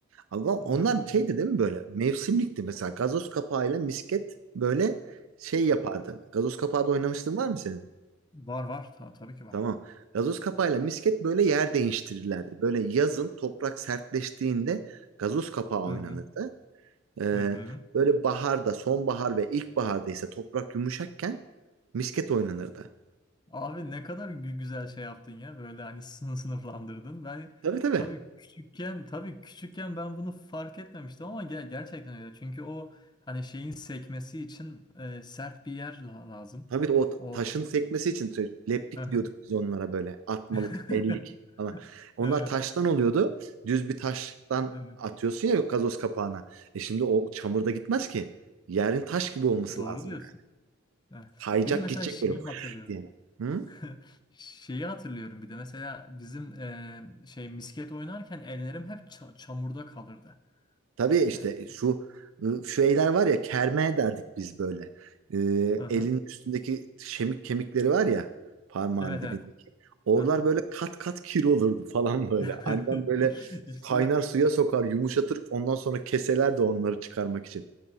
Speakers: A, on the right (about 70°); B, on the left (about 20°).
A: Ama onlar
B: Evet, evet.
A: şeydi değil mi böyle? Mevsimlikti mesela. Gazoz kapağıyla misket böyle şey yapardı. Gazoz kapağı da oynamıştın var mı senin?
B: Var var Ta- tabii ki var.
A: Tamam. Gazoz kapağıyla misket böyle yer değiştirirlerdi. Böyle yazın toprak sertleştiğinde gazoz kapağı oynanırdı.
B: Hı hı.
A: Ee,
B: Hı hı.
A: böyle baharda, sonbahar ve ilkbaharda ise toprak yumuşakken misket oynanırdı.
B: Abi ne kadar gü- güzel şey yaptın ya böyle hani sını- sınıflandırdın. Ben
A: Tabii tabii.
B: tabii küçükken tabii küçükken ben bunu fark etmemiştim ama ger- gerçekten öyle. Çünkü o hani şeyin sekmesi için e, sert bir yer la- lazım.
A: Tabii o
B: O
A: taşın sekmesi için tö- leplik
B: Aha.
A: diyorduk biz onlara böyle. Atmalık,
B: <laughs>
A: ellik falan. Onlar
B: Evet,
A: taştan oluyordu. Düz bir taştan
B: evet.
A: atıyorsun ya gazoz kapağına. E şimdi o çamurda gitmez ki. Yerin taş gibi olması
B: Doğru
A: lazım
B: diyorsun.
A: yani.
B: Evet.
A: Kayacak
B: Bir de mesela
A: gidecek
B: şeyi
A: böyle fış
B: hatırlıyorum.
A: diye. Hı?
B: <laughs> Şeyi hatırlıyorum bir de mesela bizim e, şey misket oynarken ellerim hep ça- çamurda kalırdı.
A: Tabii işte
B: E,
A: şu şu şeyler var ya kerme derdik biz böyle. Ee,
B: Hı hı.
A: elin üstündeki şemik kemikleri var ya parmağın
B: Evet
A: dibindeki.
B: evet.
A: Oralar
B: Hı hı.
A: böyle kat kat kir olurdu <laughs> falan böyle.
B: <laughs>
A: Annem böyle
B: İşte
A: kaynar
B: bak.
A: suya sokar, yumuşatır. Ondan sonra keselerdi onları çıkarmak için.